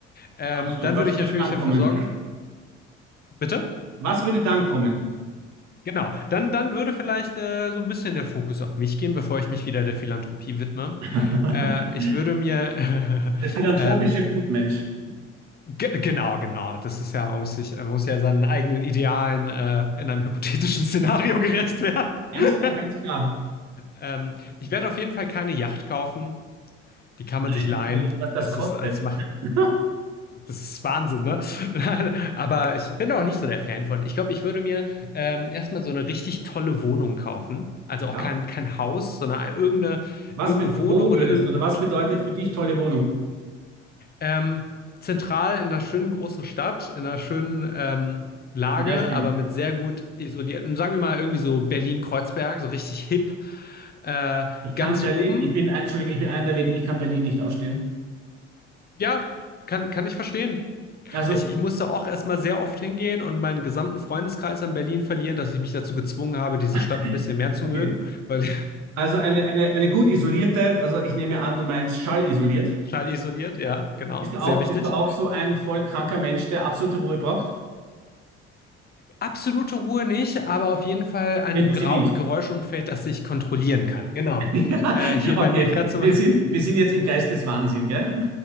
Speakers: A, on the left; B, on the right.
A: Ähm,
B: absolut.
A: dann
B: Was
A: würde ich
B: würde
A: natürlich
B: dann
A: dafür
B: kommen?
A: sorgen, bitte?
B: Was würde dann kommen?
A: Genau, dann, dann würde vielleicht äh, so ein bisschen der Fokus auf mich gehen, bevor ich mich wieder der Philanthropie widme.
B: <laughs>
A: Äh, ich
B: Der
A: würde mir
B: philanthropische
A: <laughs> ähm,
B: Gutmensch.
A: Ge- Genau, genau. Das ist ja, man muss sich, man muss ja seinen eigenen Idealen äh, in einem hypothetischen Szenario <laughs> gerecht werden.
B: Ganz
A: <laughs>
B: klar, ganz klar.
A: ähm, ich werde auf jeden Fall keine Yacht kaufen. Die kann
B: Nein,
A: man sich leihen.
B: überleg, was das
A: Das
B: kostet.
A: ist, das macht,
B: <laughs>
A: das ist Wahnsinn, ne? <laughs> Aber ich bin da auch nicht so der Fan von. Ich glaube, ich würde mir ähm, erstmal so eine richtig tolle Wohnung kaufen. Also
B: Ja.
A: auch kein, kein Haus, sondern irgendeine,
B: Was,
A: irgendeine
B: bet-
A: Wohnung
B: wo
A: oder
B: würdest
A: irgendein
B: du oder was
A: Turm.
B: bedeutet für dich tolle Wohnung?
A: Ähm, zentral in einer schönen großen Stadt, in einer schönen ähm, Lage,
B: Ein Beispiel.
A: aber mit sehr gut isolierten, sagen wir mal irgendwie so Berlin-Kreuzberg, so richtig hip, äh,
B: Ich kann
A: ganz
B: Berlin,
A: oben.
B: ich bin, ein- Entschuldigung, ich bin einer der wenigen, ich kann Berlin nicht ausstehen.
A: Ja, kann, kann ich verstehen.
B: Also,
A: Ich, ich musste auch erstmal sehr oft hingehen und meinen gesamten Freundeskreis in Berlin verlieren, dass ich mich dazu gezwungen habe, diese
B: <laughs>
A: Stadt ein bisschen mehr zu
B: okay.
A: mögen, weil
B: Also eine, eine, eine gut isolierte, also ich nehme an, du meinst schallisoliert.
A: <laughs> schallisoliert, ja, genau,
B: Bist du
A: sehr
B: auch,
A: wichtig.
B: bist du auch so ein voll kranker Mensch, der absolute Ruhe braucht?
A: Absolute Ruhe nicht, aber auf jeden Fall ein
B: Wenn du
A: Grau
B: sie willst.
A: Geräuschumfeld, das ich kontrollieren kann. Genau.
B: <laughs> Ja,
A: Äh, hier
B: okay.
A: bei mir fährt zum
B: Wir sind, wir sind jetzt im Geist des Wahnsinn, gell?